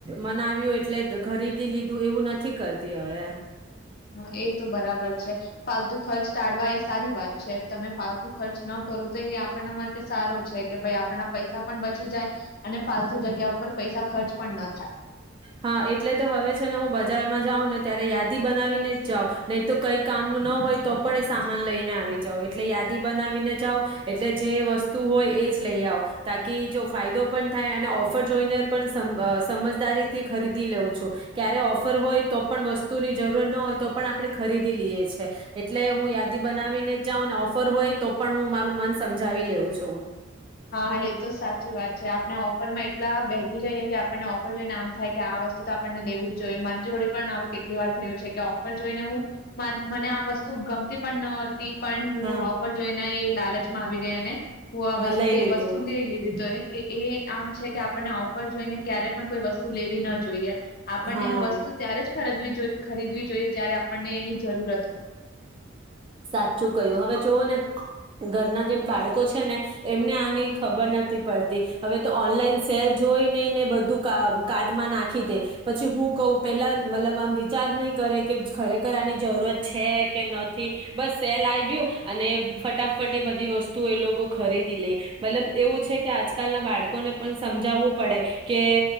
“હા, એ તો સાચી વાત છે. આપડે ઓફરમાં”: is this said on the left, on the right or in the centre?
Left